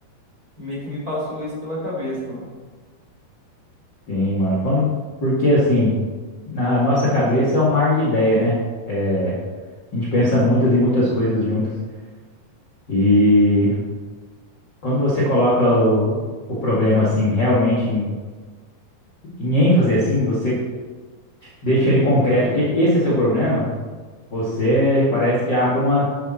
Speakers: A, on the right (about 25°); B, on the left (about 35°).
A: meio que me passou isso pela cabeça, mano.
B: Tem, mano. Quando, porque assim, na nossa cabeça é um mar de ideia, né? É, a gente pensa muitas e muitas coisas juntas. E quando você coloca o, o problema assim, realmente em, em ênfase assim, você deixa ele concreto. O que esse é seu problema? Você parece que abre uma,